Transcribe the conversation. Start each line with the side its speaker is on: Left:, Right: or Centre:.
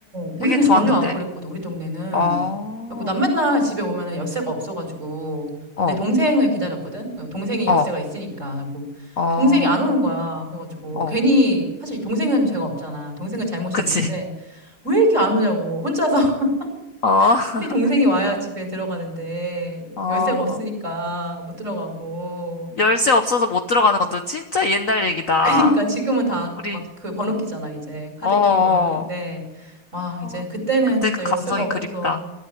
Right: 우리는
Left: 되게 좋았는데.
Right: 전혀 안 그랬거든, 우리 동네는.
Left: 어,
Right: 그래갖고 난 맨날 집에 오면은 열쇠가 없어가지고,
Left: 어,
Right: 내 동생을 기다렸거든? 동생이
Left: 어,
Right: 열쇠가 있으니까. 그래갖고,
Left: 어,
Right: 동생이 안 오는 거야. 그래가지고,
Left: 어,
Right: 괜히, 사실 동생은 죄가 없잖아. 동생은 잘못이
Left: 그치.
Right: 없는데, 왜 이렇게 안 오냐고. 혼자서 <laughs>
Left: <laughs>
Right: 빨리 동생이 와야 집에 들어가는데,
Left: 어, 어.
Right: 열쇠가 없으니까 못 들어가고.
Left: 열쇠 없어서 못 들어가는 것도 진짜 옛날 얘기다.
Right: 그러니까 지금은 다
Left: 우리,
Right: 막 그 번호키잖아, 이제. 카드키
Left: 어, 어,
Right: 번호키인데, 와, 이제
Left: 어.
Right: 그때는
Left: 그때
Right: 진짜
Left: 그
Right: 열쇠가
Left: 감성이
Right: 없어서,
Left: 그립다.